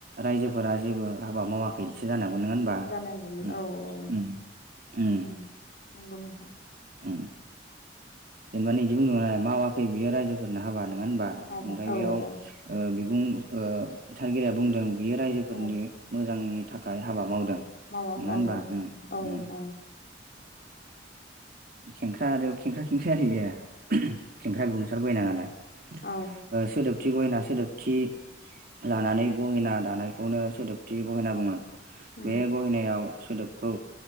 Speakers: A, on the right; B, on the left.
A: रायजोफोरा जेबो हाबा मावाखैसो जानांगौ। औ नंङा होनबा?
B: जानांगौमोन
A: उम
B: औ औ
A: उम उम।
B: ओं नंगौ नोंथां
A: ओं जेनेबा नैदि बुंदोंमोन मावाखै बियो रायजोफोरनो हाबा नंङा होनबा?
B: हाबाय
A: ओमफाय
B: औ
A: बेयाव ओ
B: औ
A: बिबुं ओ सारगिरिया बुंदों बियो रायजोफोरनि
B: औ
A: मोजांनि थाखाय हाबा मावदों।
B: मावा
A: नङा
B: मावदों
A: होनबा उम
B: औ ओं।
A: उम खेंख्रा आरो खेंख्रा खेंख्रि आरो एयो। <unintelligible> खेंख्रा बिबुंसार गयना नालाय
B: औ
A: ओ सोदोबथि गयना सोदोबथि लानानै गहेना दानायखौनो सोदोबथि गहेना बुंङो
B: उम
A: बे गहेनायाव सोदोबखौ